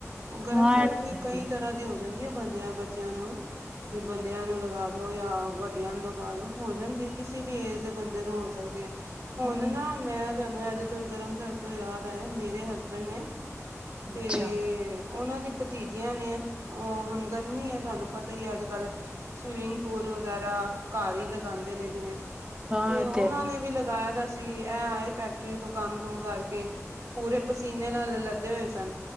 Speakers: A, on the right (about 70°); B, on the right (about 20°).
A: ਗਰਮ
B: ਹੈ।
A: ਸਰਦ ਵੀ ਕਈ ਤਰ੍ਹਾਂ ਦੀ ਹੋ ਜਾਂਦੀ ਐ ਬੰਦਿਆਂ ਬੱਚਿਆਂ ਨੂੰ ਬੰਦਿਆਂ ਨੂੰ ਲਗਾ ਲੋ ਜਾਂ ਵੱਡੀਆਂ ਨੂੰ ਲਗਾ ਲੋ ਹੋ ਜਾਂਦੀ ਐ ਕਿਸੇ ਵੀ ਏਜ ਦੇ ਬੰਦੇ ਨੂੰ ਹੋ ਸਕਦੀ ਆ ਹੁਣ
B: ਹਾਂ,
A: ਨਾ ਮੈਂ ਤੁਹਾਨੂੰ ਇਹਦੇ ਤੋਂ ਗਰਮ ਸਰਦ ਤੋਂ ਯਾਦ ਆਇਆ ਮੇਰੇ ਹਸਬੈਂਡ ਨੇ ਤੇ
B: ਅੱਛਾ,
A: ਉਹਨਾਂ ਦੀ ਭਤੀਜਿਆਂ ਨੇ ਉਹ ਹੁਣ ਗਰਮੀ ਐ ਤੁਹਾਨੂੰ। ਤਾਂ ਹੀ ਅੱਜ ਕੱਲ ਸਵੀਮਿੰਗ ਪੂਲ ਵਗੈਰਾ ਘਰ ਹੀ ਲਗਾਂਦੇ ਨੇ ਜਿਵੇਂ।
B: ਹਾਂ
A: ਤੇ
B: ਇਹ
A: ਉਹਨਾਂ
B: ਹੈ
A: ਨੇ ਵੀ ਲਗਾਇਆ ਦਾ ਸੀ ਇਹ ਆਏ ਫੈਕਟਰੀ ਤੋਂ ਕੰਮ ਕੁੁੰਮ ਕਰਕੇ। ਕੇ ਪੂਰੇ ਪਸੀਨੇ ਨਾਲ ਲੱਦੇ ਹੋਏ ਸਨ